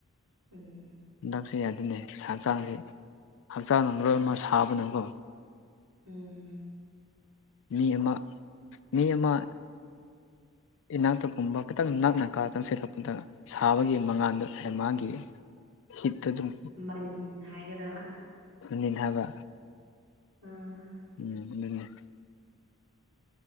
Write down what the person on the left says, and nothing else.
ꯍꯟꯗꯛꯁꯦ ꯌꯥꯗ‌ꯦꯅꯦ ꯍꯛꯆꯥꯡꯁꯦ ꯍꯛꯆꯥꯡꯅ ꯃꯔ‌ꯦꯜ ꯑꯃꯀ‌ꯣ ꯁꯥꯕꯅꯦꯀꯣ
ꯃꯤ ꯑꯃ ꯃꯤ ꯑꯃ ꯏꯅꯥꯛꯇꯒꯨꯝꯕ ꯈꯤꯇꯪ ꯅꯛꯅꯀꯥ ꯆꯪꯁꯤꯜꯂꯨꯕꯗ ꯁꯥꯕꯒꯤ ꯃꯉꯥꯟꯗꯣ ꯃꯥꯒꯤ ꯍꯤꯠꯇꯨ ꯑꯗꯨꯝ
ꯐꯨꯔꯤꯠ ꯑꯊꯥꯕ
ꯎꯝ ꯑꯗꯨꯅ‌ꯦ